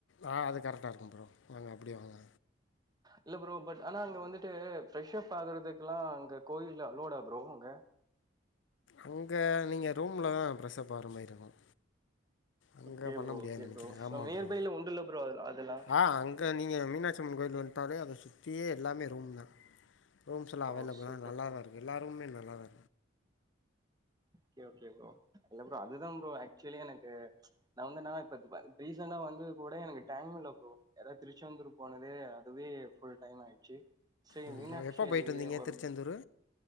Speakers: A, on the left (about 70°); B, on the right (about 20°).
A: ஆ அது கரெக்டா இருக்கும் ப்ரோ வாங்க அப்டியே வாங்க
B: இல்ல ப்ரோ பட் ஆனா அங்க வந்துட்டு பிரரெஷ் அப் ஆகுறதுக்கெல்லாம் அங்க கோயில அலோடா ப்ரோ அங்க
A: அங்க நீங்க ரூம்ல தா பிரஷர் ஆகுற மாரி இருக்கும் அங்க
B: ஓகே
A: பண்ண
B: ப்ரோ
A: முடியாது
B: ஓகே
A: நெனைக்கிறேன்
B: ப்ரோ சோ
A: ஆமா
B: நியர்பைல
A: ப்ரோ
B: உண்டுல்ல ப்ரோ அதெல்லா
A: ஆ அங்க நீங்க மீனாட்சி அம்மன் கோயில வந்து பாரு அத சுத்தியே எல்லாமே ரூம் தா ரூம்ஸ்லாம்
B: ஓ
A: அவைலபிள்தா
B: சூப்பர்
A: நல்லா
B: ப்ரோ
A: தா இருக்கு எல்லா ரூமுமே நல்லா அ
B: ஓகே ஓகே ப்ரோ இல்ல ப்ரோ அது தான் ப்ரோ ஆக்சுலி எனக்கு நா வந்து இப்ப ரீசண்டா வந்தது கூட எனக்கு டைம் இல்ல ப்ரோ யாராவது திருச்செந்தூர் போனது அதுவே ஃபுல் டைம் ஆயிடுச்சு ஸ்ரீ
A: ம்
B: மீனாட்சி
A: ப்ரோ எப்போ போயிட்டு
B: தேவி
A: வந்தீங்க
B: ஒரு
A: திருச்செந்தூர்